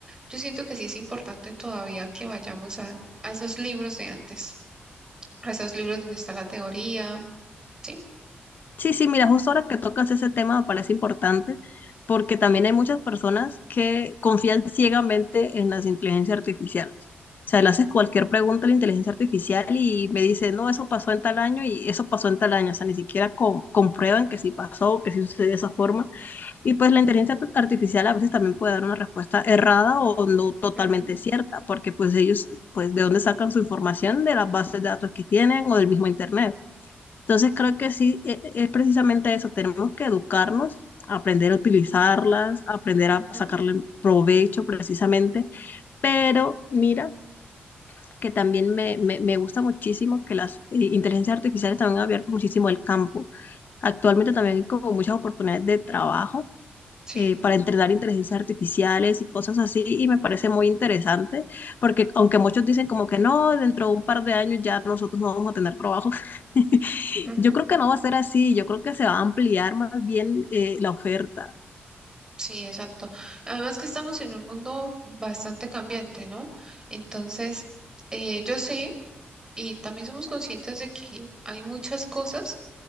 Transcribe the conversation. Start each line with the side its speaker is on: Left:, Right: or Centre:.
Right: yo siento que sí es importante todavía que vayamos a, a esos libros de antes, a esos libros donde está la teoría. ¿sí?
Left: Sí, sí, mira, justo ahora que tocas ese tema me parece importante porque también hay muchas personas que confían ciegamente en las inteligencias artificiales. O sea, le haces cualquier pregunta a la inteligencia artificial y me dice, no, eso pasó en tal año y eso pasó en tal año. O sea, ni siquiera com- comprueban que sí pasó, que sí sucedió de esa forma. Y pues la inteligencia art- artificial a veces también puede dar una respuesta errada o no totalmente
Right: Ujú,
Left: cierta, porque pues ellos, pues, ¿de dónde sacan su información? De las bases de datos que tienen o del mismo Internet. Entonces creo que sí, e- e- es precisamente eso, tenemos que educarnos, aprender a utilizarlas, aprender
Right: ujú,
Left: a sacarle provecho precisamente, pero mira que también me, me- me gusta muchísimo que las eh, inteligencias artificiales también han abierto muchísimo el campo. Actualmente también hay como muchas oportunidades de trabajo
Right: Sí,
Left: eh, para entrenar inteligencias artificiales y cosas así, y me parece muy interesante, porque aunque muchos dicen como que no, dentro de un par de años ya nosotros no vamos a tener trabajo, <laughs>
Right: ujú,
Left: yo creo que no va a ser así, yo creo que se va a ampliar más bien eh, la oferta.
Right: sí, exacto. Además que estamos en un mundo bastante cambiante, ¿no? Entonces, eh, yo sé y también somos conscientes de que hay muchas cosas.